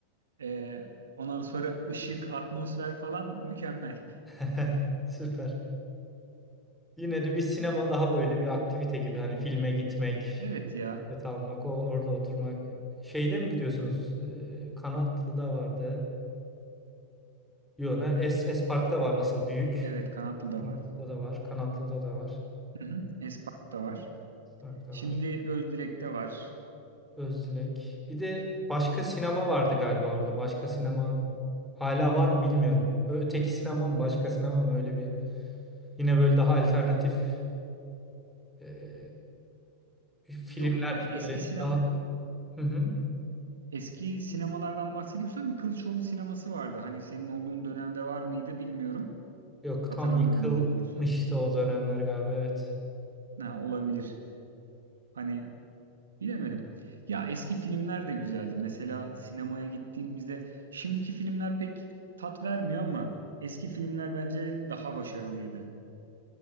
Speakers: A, on the right; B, in the centre.
A: e, ondan sonra ışık, atmosfer falan mükemmel.
B: <laughs> Süper. Yine de bir sinema daha böyle bir aktivite gibi. Hani filme gitmek,
A: Evet ya.
B: bilet almak, o, orada oturmak. Şeyde mi gidiyorsunuz? Eee, Kanatlı'da vardı. Yok, Es, Es parkta var asıl büyük.
A: Evet Kanatlı da
B: Kanatlı'da
A: var.
B: da var. Kanatlı'da da var.
A: Hı hı. Espark var.
B: Es parkta
A: Şimdi
B: var.
A: Özdilek'te var.
B: Özdilek. Bir de başka sinema vardı galiba orada. Başka sinema hala var mı bilmiyorum. Ö- Öteki sinema mı, başka sinema mı öyle bir. Yine böyle daha alternatif e, filmler
A: Yok hani eski
B: böyle
A: sinema
B: daha hı hı.
A: Eski sinemalardan bahsediyorsan bir Kılıçoğlu sineması vardı. Hani senin olduğun dönemde var mıydı bilmiyorum.
B: Yok
A: Hatırlamıyorum
B: tam yıkılmıştı
A: daha doğrusu.
B: o dönemler galiba evet.
A: Ne olabilir. Hani bilemedim. Ya eski filmler de güzeldi. Mesela sinemaya gittiğimizde şimdiki filmler pek tat vermiyor ama eski filmler bence daha başarılıydı.